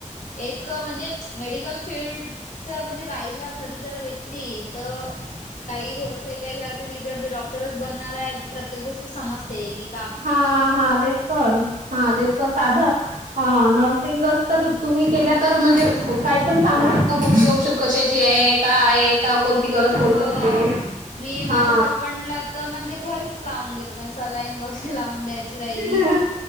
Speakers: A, on the left; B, on the right.
A: एक म्हणजे मेडिकल फीलडच्या म्हणजे रायला घरी जर व्यक्ती तर काही थोडंसं काही ज त डॉक्टरच बनणार आहे तर प्रत्येक गोष्ट समजते क
B: हा हा तेच तर हा तेच तर साधं हा नर्सिंगस तर तुम्ही केल्या तर म्हणजे काय पण सांगू शकता की औषध कशाची आहे का आहे का कोणती गरज पडू
A: हो
B: शकते
A: मी माझ्या
B: हा
A: हसबंडला म्हणजे घरीच लावून देतो म्हणजे सलाईन वगैरे लावून द्यायची राहिली
B: ह